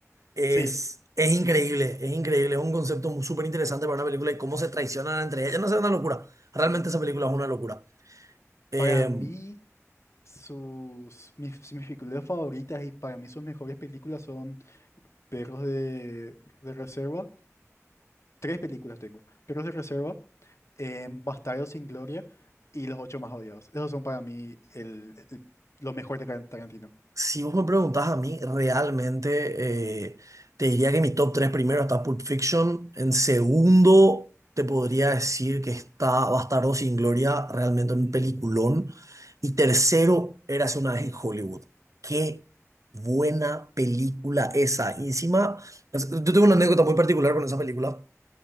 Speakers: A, on the right; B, on the left.
A: es,
B: sí.
A: es increíble, es increíble. Es un concepto súper interesante para una película y cómo se traicionan entre ellas. No sé, es una locura. Realmente esa película es una locura. Em,
B: Para mí, sus, mis, si mis películas favoritas y para mí sus mejores películas son Perros de, de Reserva. Tres películas tengo. Perros de Reserva, en Bastardos sin Gloria y Los Ocho Más Odiados. Esos son para mí el, el- lo mejor de Tar- Tarantino.
A: Si vos me preguntás a mí, realmente eh, te diría que mi top 3 primero está Pulp Fiction. En segundo, te podría decir que está Bastardo sin Gloria, realmente un peliculón. Y tercero, Érase una vez en Hollywood. Qué buena película esa. Y encima, es- yo tengo una anécdota muy particular con esa película,